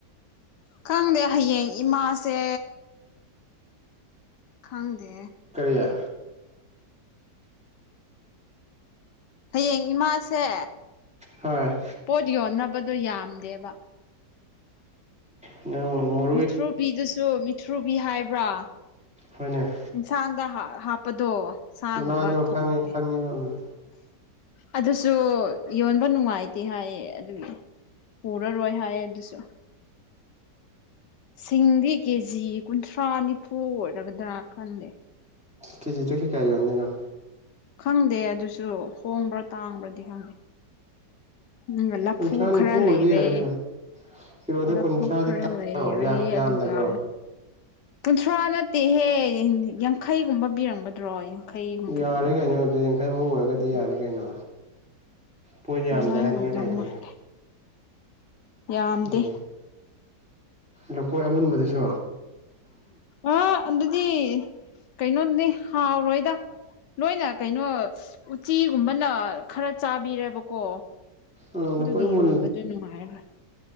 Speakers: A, on the left; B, in the centre.
A: ꯈꯪꯗꯦ ꯍꯌꯦꯡ ꯏꯃꯥꯁꯦ ꯈꯪꯗꯦ
B: ꯀꯔꯤꯌꯥ
A: ꯍꯌꯦꯡ ꯏꯃꯥꯁꯦ
B: ꯍꯣꯢ
A: ꯄꯣꯠ ꯌꯣꯟꯅꯕꯗꯣ ꯌꯥꯝꯗꯦꯕ
B: ꯪ <inaudible>
A: ꯃꯤꯊ꯭ꯔꯨꯕꯤꯗꯨꯁꯨ ꯃꯤꯊ꯭ꯔꯨꯕꯤ ꯍꯥꯏꯕ꯭ꯔꯥ
B: ꯍꯣꯏꯅꯦ
A: ꯌꯦꯟꯁꯥꯡꯗ ꯍꯥꯞꯄꯗꯣ ꯁꯥꯒꯨꯝꯕ
B: ꯃꯅꯥꯗꯣ
A: ꯊꯣꯡꯉꯗꯤ
B: ꯈꯪꯉꯦ ꯈꯪꯉꯦꯕ ꯎꯝ
A: ꯑꯗꯨꯁꯨ ꯌꯣꯟꯕ ꯅꯨꯡꯉꯥꯏꯇꯦ ꯍꯥꯏꯌꯦ ꯑꯗꯨꯒꯤ ꯄꯨꯔꯔꯣꯏ ꯍꯥꯏ ꯑꯗꯨꯁꯨ ꯁꯤꯡꯗꯤ ꯀꯦꯖꯤ ꯀꯨꯟꯊ꯭ꯔꯥ ꯅꯤꯐꯨ ꯑꯣꯏꯔꯒꯗ꯭ꯔꯥ ꯈꯪꯗꯦ
B: ꯀꯦꯖꯤꯗꯒꯤ ꯀꯌꯥ ꯌꯣꯟꯒꯦ ꯍꯥꯏꯅꯣ
A: ꯈꯪꯗꯦ ꯑꯗꯨꯁꯨ ꯍꯣꯡꯕ꯭ꯔꯥ ꯇꯥꯡꯕ꯭ꯔꯗꯤ ꯈꯪꯗꯦ ꯅꯪꯅ ꯂꯐꯨ
B: ꯀꯨꯟꯊ꯭ꯔꯥ ꯅꯤꯐꯨ
A: ꯈꯔ ꯂꯩꯔꯦ
B: ꯑꯣꯏꯗꯤ ꯌꯥꯔꯦ ꯀꯩꯅꯣ ꯀꯤꯂꯣꯗ
A: ꯂꯐꯨ
B: ꯀꯨꯟꯊ꯭ꯔꯥꯗꯤ
A: ꯈꯔ
B: ꯇꯥꯔꯣ
A: ꯂꯩꯔꯦ
B: ꯌꯥꯝꯗꯕ꯭ꯔꯣ
A: ꯑꯗꯨꯒ ꯀꯨꯟꯊ꯭ꯔꯥ ꯅꯠꯇꯦꯍꯦ ꯌꯥꯡꯈꯩꯒꯨꯝꯕ ꯄꯤꯔꯝꯒꯗ꯭ꯔꯣ ꯌꯥꯡꯈꯩ ꯍꯨꯝꯐꯨꯒꯨꯝꯕ
B: ꯌꯥꯔꯦ ꯀꯩꯅꯣ ꯑꯗꯨ ꯌꯥꯡꯈꯩꯃꯨꯛ ꯑꯣꯏꯔꯒꯗꯤ
A: ꯈꯪꯗꯦ
B: ꯌꯥꯔꯦ ꯀꯩꯅꯣ ꯄꯣꯠ ꯌꯥꯝꯗꯦ
A: ꯑꯗꯨꯃꯥꯏꯅ
B: ꯍꯥꯏꯅꯤꯡꯉꯥꯏ
A: ꯑꯣꯏꯗꯧ
B: ꯂꯩꯇ꯭ꯔꯦ
A: ꯃꯥꯜꯂꯦ ꯌꯥꯝꯗꯦ
B: ꯎꯝ ꯂꯨꯐꯣꯏ ꯑꯃꯨꯟꯕꯗꯁꯨ
A: ꯑ ꯑꯗꯨꯗꯤ ꯀꯩꯅꯣꯗꯨꯅꯦ ꯍꯥꯎꯔꯣꯏꯗ ꯂꯣꯏꯅ ꯀꯩꯅꯣ ꯎꯆꯤꯒꯨꯝꯕꯅ ꯈꯔ ꯆꯥꯕꯤꯔꯦꯕꯀꯣ
B: ꯎꯝ
A: ꯑꯗꯨꯒꯤ
B: ꯁꯐꯣꯏ ꯃꯨꯟ
A: ꯌꯣꯟꯕꯗꯨ ꯅꯨꯡꯉꯥꯏꯔꯣꯏ